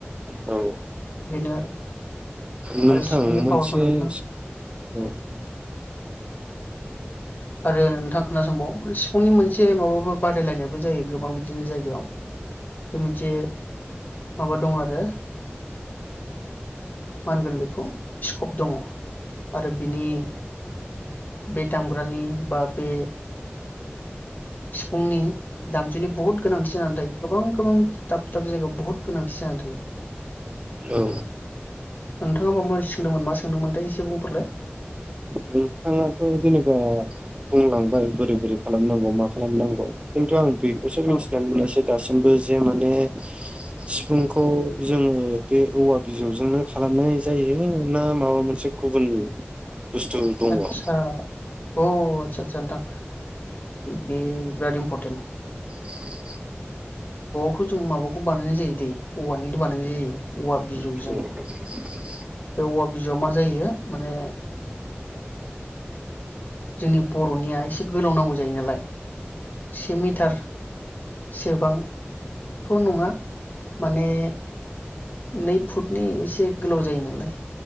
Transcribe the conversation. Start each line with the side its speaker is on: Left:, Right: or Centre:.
Right: औ
Left: बेनो आरो
Right: नोंथां
Left: आरो सिफुंनि
Right: मोनसे
Left: पावारखौ नोंथाङा
Right: सि औ
Left: आरो नोंथां खोनासंबाव सिफुंनि मोनसे माबाबो बादायलायनायबो जायो गोबां बिदिनो जायगायाव बे मोनसे माबा दङ आरो मा होनगोन बेखौ स्कप दङ आरो बिनि बे दाम फरानि बा बे सिफुंनि दामजुनि बुहुत गोनांथि जानानै दायो गोबां गोबां दाब दाब जायगायाव बहुत गोनांथि जानानै थायो
Right: औ
Left: नोंथाङा माबा सोंदोंमोन मा सोंदोंमोनथाय एसे बुंफोरलाय
Right: नोंथाङाथ' जेनेबा बुंलांबाय बोरै बोरै खालामनांगौ मा खालामनांगौ खिन्थु आं बेखौसो मिथिनानै
Left: औ
Right: मोनासै दासिम जे माने सिफुंखौ जोङो बे औवा बिजौजोंनो खालामनाय जायो ना माबा मोनसे गुबुन बुस्थु दङ
Left: आतसा
Right: औ
Left: अ आतसा जानथां बे बिराद इमर्पटेन्ट
Right: <unintelligible>
Left: खौ जों माबाखौ बानायनाय जायो दै औवानिनो बानायनाय जायो
Right: <unintelligible>
Left: औवा बिजौजों बे औवा बिजौआ मा जायो माने जोंनि बर'निया एसे गोलाव नांगौ जायो नालाय। से मिटार सोबां थ' नङा माने नै फुटनि एसे गोलाव जायो नालाय